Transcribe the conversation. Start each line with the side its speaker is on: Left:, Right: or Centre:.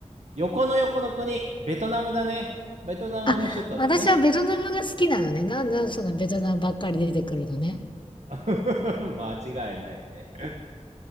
Right: 横の横の国、ベトナムだね。ベトナムの首都だね。
Left: あ、私はベトナムが好きなのね。なんだ、そのベトナムばっかり出てくるのね。
Right: <laughs> 間違いないね。